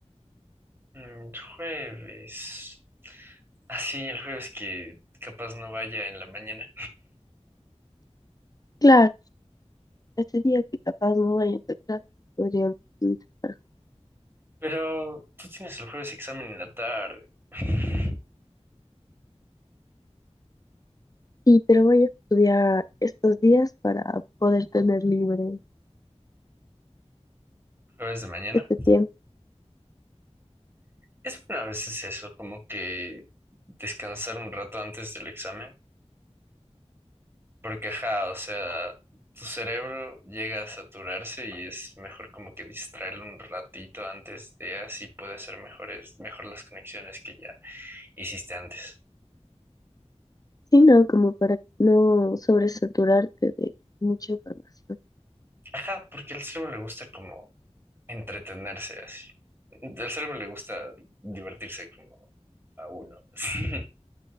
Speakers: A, on the right; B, on the left.
A: Mm, jueves. Así, el jueves que capaz no vaya en la mañana.
B: Claro, ese día que capaz no vaya a tocar, podríamos intentar.
A: Pero tú tienes el jueves examen en la tarde. <laughs>
B: Sí, pero voy a estudiar estos días para poder tener libre
A: Jueves de mañana.
B: este tiempo.
A: Es bueno a veces eso, como que descansar un rato antes del examen Porque, ajá, o sea, tu cerebro llega a saturarse y es mejor como que distraerlo un ratito antes de así puede hacer mejores, mejor las conexiones que ya hiciste antes.
B: Sí, no, como para no sobresaturarte de mucha información.
A: Ajá, porque al cerebro le gusta como entretenerse así. Al cerebro le gusta divertirse como a uno. <laughs>